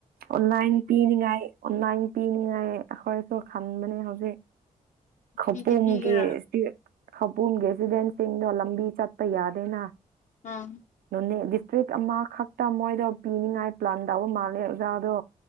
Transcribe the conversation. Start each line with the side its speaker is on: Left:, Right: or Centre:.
Right: ꯑꯣꯟꯂꯥꯏꯟ ꯄꯤꯅꯤꯉꯥꯏ ꯑꯣꯟꯂꯥꯏꯟ ꯄꯅꯤꯅꯨꯡꯉꯥꯏ ꯑꯈꯔꯁꯨ ꯈꯥꯟ ꯃ ꯍꯧꯖꯤꯦ ꯈꯄꯣ
Left: ꯄꯤꯗꯤ ꯄꯤꯒꯦꯔꯥ
Right: ꯃꯒꯦ ꯁꯤ ꯈꯄꯟꯒꯤꯁꯤꯗꯦꯟꯁꯤꯡꯗꯣ ꯂꯝꯕꯤ ꯆꯠꯄ ꯌꯥꯗꯦꯅ
Left: ꯑꯥ
Right: ꯅꯟꯅꯦ ꯇ꯭ꯔꯤꯛ ꯑꯃꯈꯛꯇ ꯃꯣꯏꯗꯣ ꯄꯤꯅꯤꯉꯥꯏ ꯄ꯭ꯂꯥꯟ ꯇꯧꯕ ꯃꯥꯜꯂꯦ ꯑꯣꯖꯥꯗꯣ